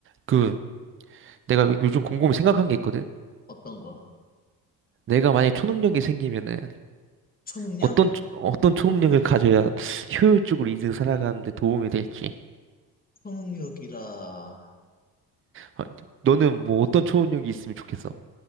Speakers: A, on the right (about 25°); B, on the left (about 20°).
A: 그 내가 요즘 곰곰이 생각한 게 있거든.
B: 어떤 거?
A: 내가 만약에 초능력이 생기면은
B: 초능력?
A: 어떤 초- 어떤 초능력을 가져야 효율적으로 인생 살아가는데 도움이 될지.
B: 초능력이라.
A: 아, 너는 뭐 어떤 초능력이 있으면 좋겠어?